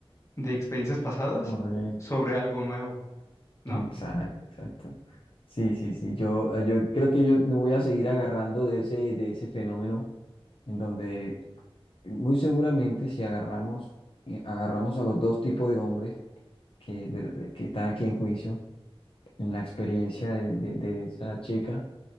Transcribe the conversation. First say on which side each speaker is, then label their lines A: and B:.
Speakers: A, on the left (about 30°); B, on the left (about 65°).
A: de experiencias pasadas
B: correcto.
A: sobre algo nuevo, ¿no?
B: Exacto, exacto. Sí, sí, sí. Yo, ah, yo creo que yo me voy a seguir agarrando de ese, de ese fenómeno en donde muy seguramente si agarramos, eh, agarramos a los dos tipos de hombres que, de- de- que están aquí en juicio, en la experiencia de, de- de esa chica,